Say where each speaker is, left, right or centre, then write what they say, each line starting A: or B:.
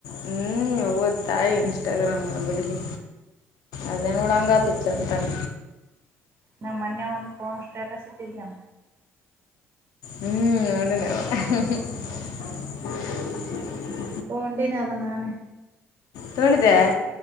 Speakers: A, on the left; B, on the right.
A: ಹ್ಮ್ ಯಾಯ ಇನ್ಸ್ಟಾಗ್ರಾಮ ವರ ಬದಗೆ ಅದೇ ನೋಡಂಗ ಆತ <unintelligible> ಚಂತಂಗ
B: ನಾನುಮೊನ್ನಯ ಒಂದು ಫೋನ್ ಸ್ಟೇಟಸ್ ಇಟ್ಟಿದ್ನಲ್ಲ
A: ಹ್ಮ್ ನೋಡನ <unintelligible>
B: ಹಟೀನ ಅದ ನಾನೆ
A: ತುಂಡಿದೆ